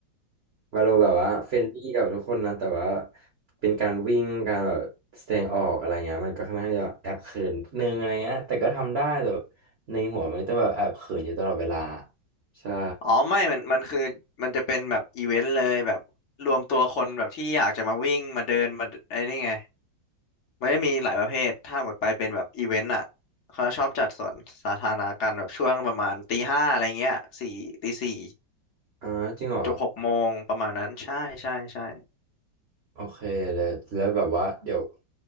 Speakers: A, on the right (about 50°); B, on the left (about 60°).
A: ว่าเราแบบว่าเฟรนลี่กับทุกคนนะแต่ว่าเป็นการวิ่งการแบบแสดงออกอะไรเงี้ยมันก็ค่อนข้างที่จะแอบเขินนิดนึงอะไรเงี้ยแต่ก็ทำได้แต่แบบในหัวมันจะแบบแอบเขินอยู่ตลอดเวลาใช่
B: อ๋อไม่มันมันคือมันจะเป็นแบบอีเวนต์เลยแบบรวมตัวคนแบบที่อยากจะมาวิ่งมาเดินมาไอ้นี่ไงมันจะมีหลายประเภทถ้าหมดไปเป็นแบบอีเวนต์อ่ะเขาชอบจัดสวนสาธารณะกันแบบช่วงประมาณตีห้าอะไรเงี้ยสี่ตีสี่
A: อ่าจริงเหรอ
B: จบหกโมงประมาณนั้นใช่ใช่ใช่
A: โอเคเลยแล้วแบบว่าเดี๋ยว